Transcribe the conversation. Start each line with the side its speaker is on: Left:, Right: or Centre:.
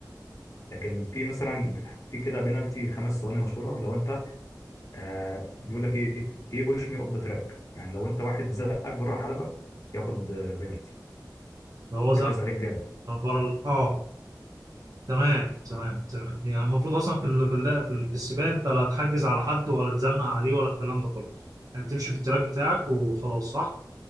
Left: لكن في مثلا في كده بينالتي خمس ثواني مشهوره لو انت آه بيقول لك ايه ايه بوش مي اوف ذا تراك يعني لو انت واحد زقك بره الحلبه ياخد آه، بينالتي
Right: لو هو
Left: حجز
Right: زق
Left: عليك جامد
Right: بره ال- اه تمام تمام تمام يعني المفروض اصلا في ال... في, ال... في, ال... في السباق انت لا تحجز على حد ولا تزنق عليه ولا الكلام ده كله يعني تمشي في التراك بتاعك وخلاص صح؟